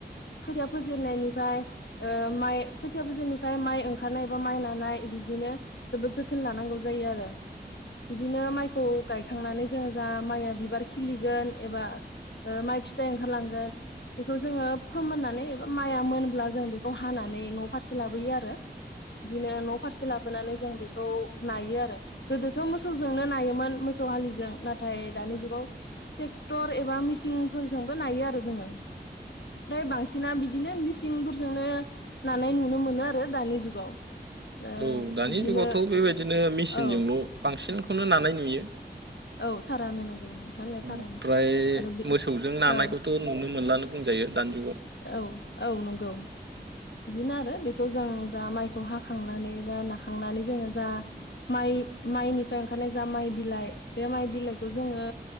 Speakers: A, on the left; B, on the right.
A: खोथिया फोजेननायनिफ्राय ओ माय खोथिया फोजेननायनिफ्राय माय ओंखारनाय बा माय नानाय बिदिनो जोबोद जोथोन लानांगौ जायो आरो। बिदिनो माइखौ गाय थांनानै जोङो जा माया बिबार खिलिगो एबा ओ माय फि थाइ ओंखारलांगोन। बेखौ जोङो फोमोननानै माया मोनब्ला जों बेखौ हानानै न फारसे लाबोयो आरो। बिदिनो न फारसे लाब लाबोनानै जों बेखौ नायो आरो। गोदोथ मोसौजोंनो नायोमोन मो मोसौ हालिजों नाथाय दानि जुगाव ट्रेकटर एबा मिचिं फोरजोंबो नायो आरो जोङो। फ्राय बांसिना बिदि बिदिनो मिसिंफोरजोंनो नानाय नुनो मोनो आरो दानि जुगाव। ओ
B: औ दानि
A: बिदिनो
B: जुगावथ' बेबायदिनो मेसिनजोंल'
A: औ
B: बांसिन बांसिनखौनो नानाय नुयो।
A: औ थारैनो नंगौ नोंथां
B: औ
A: थारैनो
B: ओमफ्राय
A: आरो बे
B: मोसौजों नानायखौथ'
A: औ।
B: नुनो मोनलानो बुंजायो। दानि जुगाव
A: औ औ नंगौ। बिदिनो आरो बेखौ जों जा माइखौ हाखांनानै बा नाखांनानै जोङो जा माइ माइनिफ्राय ओंखारनाय जा माइ बिलाइ बे माइ बिलाइखौ जोङो